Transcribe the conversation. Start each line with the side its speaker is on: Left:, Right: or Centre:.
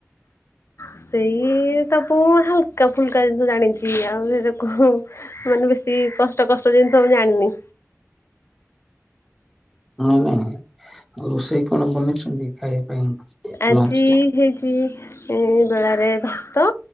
Left: ସେଇ ସବୁ ହାଲକା ଫୁଲକା ଜିନିଷ ଜାଣିଛି ଆଉ ସେ ଯୋଉ କୁ ମାନ ବେଶୀ କଷ୍ଟ କଷ୍ଟ ଜିନିଷ ମୁଁ ଜାଣିନି।
Centre: ନାଇଁ ନାଇଁ ଆଉ ରୋଷେଇ କଣ ବନେଇଛନ୍ତି ଖାଇବା ପାଇଁ।
Left: ଆଜି।
Centre: ଲଞ୍ଚ ଟା
Left: ହେଇଛି ବେଳାରେ ଭାତ